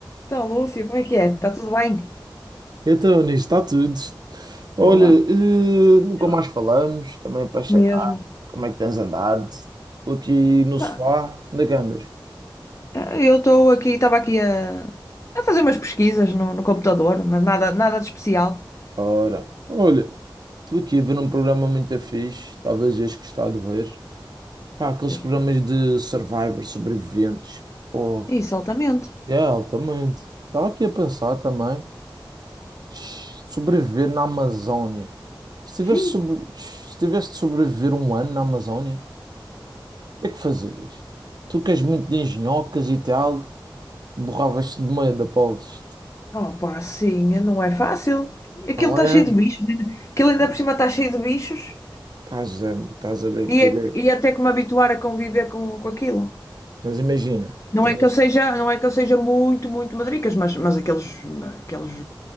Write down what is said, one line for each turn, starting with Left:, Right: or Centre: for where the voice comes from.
Left: Então, Lúcia, como é que é? Está tudo bem?
Right: Então, nisso está tudo. Olha,
Left: Boa.
Right: eh, nunca
Left: Eu-
Right: mais falamos, também é para checar
Left: Mesmo.
Right: como é que tens andado. Estou aqui no
Left: Tá,
Right: sofá, onde é que andas?
Left: eh, Eu estou aqui, estava aqui a, a fazer umas pesquisas no, no computador, mas nada, nada de especial.
Right: Ora, olha, estou aqui a ver um programa muito fixe, talvez este que está a ver. Pá, aqueles
Left: Eu-
Right: programas de Survivor, sobreviventes. Pô,
Left: Isso, altamente.
Right: é, altamente. Estava aqui a pensar também. Tch, Sobreviver na Amazónia. Se tivesse,
Left: Xiii.
Right: sobre... tch, se tivesse de sobreviver um ano na Amazónia, O que é que fazias? Tu que és muito de engenhocas e tal, borravas-te de medo, Apolos,
Left: Oh, pá, sim, não é fácil. Aquilo
Right: não
Left: está
Right: é?
Left: cheio de bichos. Aquilo ainda
Right: E
Left: por cima está cheio de bichos
Right: Estás a, estás a bem querer.
Left: e, é- e é até que me habituar a conviver com, com aquilo.
Right: Mas imagina,
Left: Não
Right: tinhas,
Left: é que eu seja, não é que eu seja muito, muito madricas, mas, mas aqueles, aqueles,